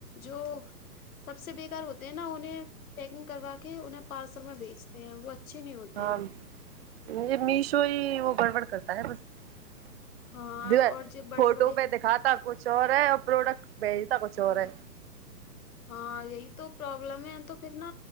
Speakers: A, on the left (about 55°); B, on the right (about 40°).
A: جو سب سے بےکار ہوتے ہیں نا انہیں پیکنگ کروا کے انہیں پارسل میں بھیجتے ہیں وہ اچھے نہیں ہوتے
B: ہاں
A: ہیں
B: م میشو ہی وہ گڑبڑ کرتا ہے بس
A: ہاں اور جو بڑے
B: فوٹو
A: بڑے
B: پہ دکھاتا کچھ اور ہے اور پروڈکٹ بھیجتا کچھ اور ہے
A: ہاں یہی تو پرابلم ہے تو پھر نا